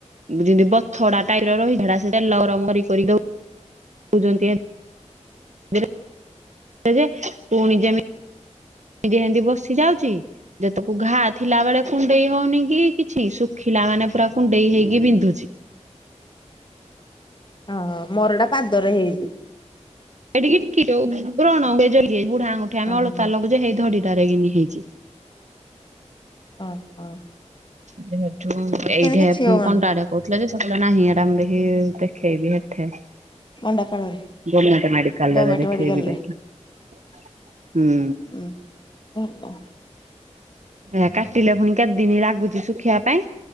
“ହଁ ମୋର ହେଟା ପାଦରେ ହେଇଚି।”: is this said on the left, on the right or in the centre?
Left